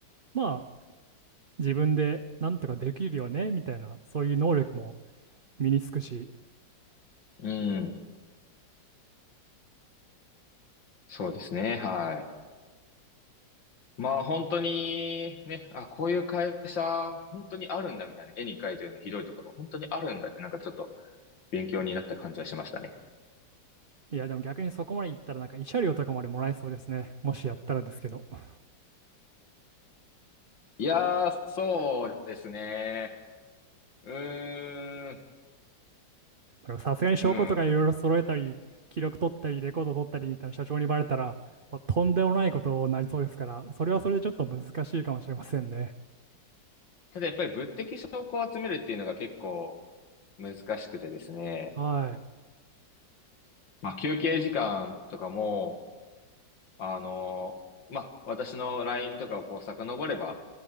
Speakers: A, on the right; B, on the left.
A: まあ、自分でなんとかできるよね、みたいな、そういう能力も身につくし、
B: うん。そうですね。はい。まあ本当にね、あ、こういう会社、本当にあるんだみたいな、絵に描いたようなひどいところ、本当にあるんだってなんかちょっと勉強になった感じはしましたね。
A: いや、でも逆にそこまでいったら、なんか慰謝料とかまでもらえそうですね。もしやったらですけど。ま
B: いやー、そうですね。うーん、
A: あでもさすがに証拠とかいろいろ揃えたり、
B: うん。
A: 記録取ったり、レコード取ったりみたいな社長にバレたら、もうとんでもないことになりそうですから、それはそれでちょっと難しいかもしれませんね。
B: ただやっぱり物的証拠を集めるっていうのが結構難しくてですね。
A: はい。
B: まあ休憩時間とかも、あの、まあ、私の LINE とかをこう遡れば、